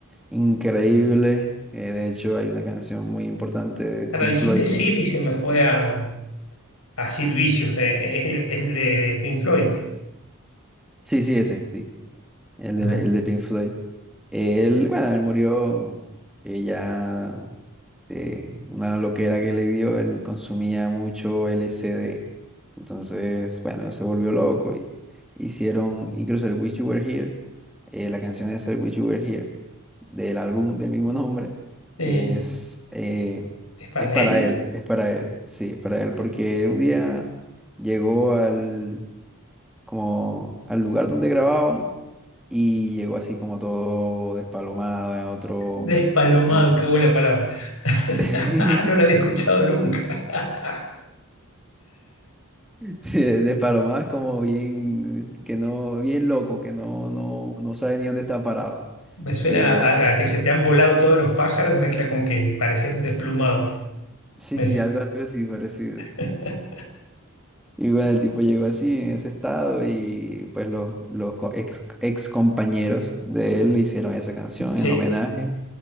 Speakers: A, in the centre; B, on the left.
A: increíble. eh, de hecho, hay una canción muy importante de Pink
B: Ahora dijiste
A: Floyd
B: Sid
A: que...
B: y se me fue a, a Sid Vicious, de- es el, es el de Pink Floyd.
A: Sí, sí, ese, sí. El de,
B: Ajá.
A: el de Pink Floyd. Él, bueno, él murió ella de una loquera que le dio, él consumía mucho LSD. Entonces, bueno, se volvió loco y hicieron incluso el Wish You Were Here, eh, la canción es el Wish You Were Here, del álbum del mismo nombre,
B: Sí.
A: es, eh,
B: ¿Es para
A: es para
B: él?
A: él, es para él, sí, es para él, porque un día llegó al, como al lugar donde grababan y llegó así como todo despalomado en otro...
B: Despalomado,
A: en ot-
B: qué buena palabra. <laughs>
A: <laughs>
B: No la había escuchado nunca. <laughs>
A: Sí, despalomado es como bien, que no, bien loco, que no, no, no sabe ni dónde está parado.
B: Me suena
A: Eh,
B: a, a que se te han volado todos los pájaros, mezcla con que pareces un desplumado.
A: sí,
B: Me
A: sí,
B: s-
A: algo, algo así parecido.
B: <laughs>
A: Y bueno, el tipo llegó así, en ese estado, y pues los, los co- ex, ex compañeros de él le hicieron esa canción
B: Che,
A: en homenaje.